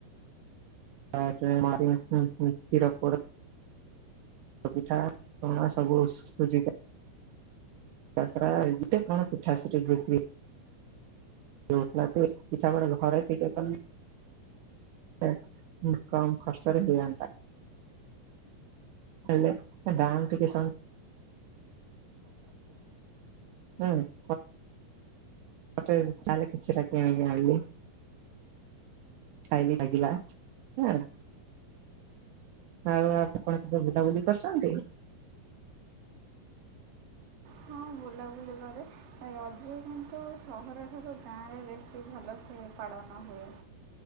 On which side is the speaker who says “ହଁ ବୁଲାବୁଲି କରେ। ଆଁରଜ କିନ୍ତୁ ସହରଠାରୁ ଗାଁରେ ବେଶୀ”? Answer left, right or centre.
Right